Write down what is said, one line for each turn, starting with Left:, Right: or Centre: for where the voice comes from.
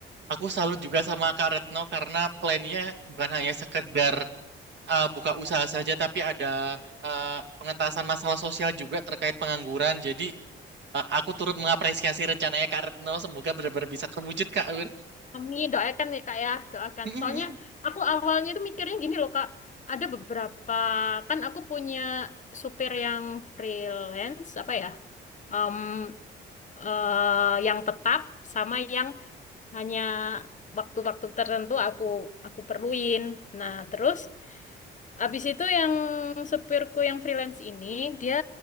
Right: Aku salut juga sama Kak Retno karena plannya bukan hanya sekedar eh, buka usaha saja, tapi ada eh, pengentasan masalah sosial juga terkait pengangguran. Jadi A- aku turut mengapresiasi rencananya Kak Retno. Semoga benar-benar bisa terwujud Kak.
Left: Amin, doakan ya Kak ya, doakan.
Right: <laughs>
Left: Soalnya aku awalnya itu mikirnya gini loh Kak, ada beberapa kan aku punya supir yang freelance apa ya? em, eh, yang tetap sama yang hanya waktu-waktu tertentu aku aku perluin. Nah, terus abis itu yang supirku yang freelance ini dia